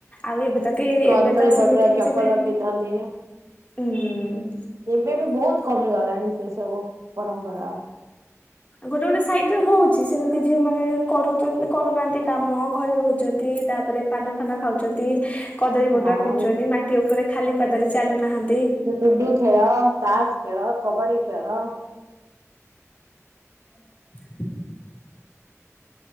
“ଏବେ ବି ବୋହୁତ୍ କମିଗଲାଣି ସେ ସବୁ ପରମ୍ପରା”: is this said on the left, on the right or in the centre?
Right